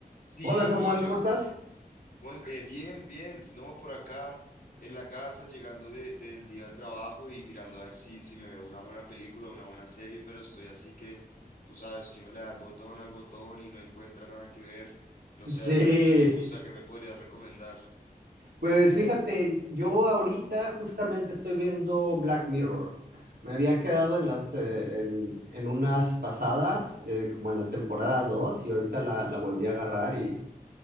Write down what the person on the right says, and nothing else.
Hola Samuel,
¿cómo estás?
Sí,
Pues fíjate, yo ahorita justamente estoy viendo Black Mirror. Me había quedado en las
eh, en, en unas pasadas, eh, como en la temporada 2 y ahorita la, la volví a agarrar y